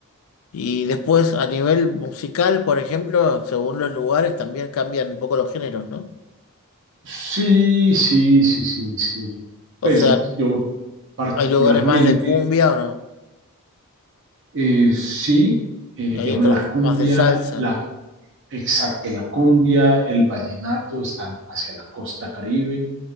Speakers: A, on the left; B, on the right.
A: Y después a nivel musical, por ejemplo, según los lugares también cambian un poco los géneros, ¿no?
B: Sí, sí, sí, sí, sí.
A: O
B: Pues
A: sea,
B: yo particularmente,
A: hay lugares más de cumbia o no,
B: eh, sí, eh,
A: y hay
B: digamos,
A: otros
B: la cumbia,
A: más de salsa.
B: la, exacto, la cumbia, el vallenato están hacia la costa caribe,